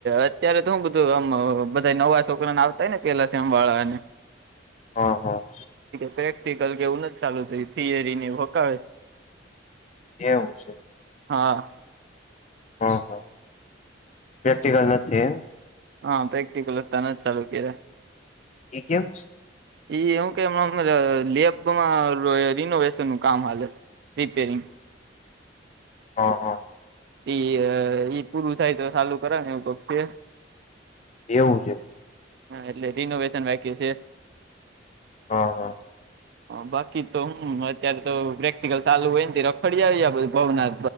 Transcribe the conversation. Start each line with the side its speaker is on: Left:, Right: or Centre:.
Right: અત્યારે હું બધું‌ એમ બધા નવા છોકરાને આવતા હોય ને પેલા શેમ વાળાને
Left: હ હ.
Right: પ્રેક્ટિકલ કે એવું નથ ચાલુ થીયું થિયરી ને હકાવ
Left: એવું
Right: હા
Left: હ હ પ્રેક્ટિકલ નથી
Right: હા પ્રેક્ટિકલ તને જ ચાલુ કીરા
Left: એ કેમ
Right: એ હું કેમણા લેબમાં રિનોવેશન ન કામ હાલે છે રિપેરિંગ
Left: હ હ.
Right: ઈ ઈ પૂરું થાય તો ચાલુ કરાવ ને એવું પકક્ષી
Left: એવું છે
Right: હા એટલે રિનોવેશન બાકી છે
Left: હા હા.
Right: બાકી તો હુ અત્યારે તો પ્રેક્ટિકલ ચાલુ હોય નેથી રખડી આવીધ ભવના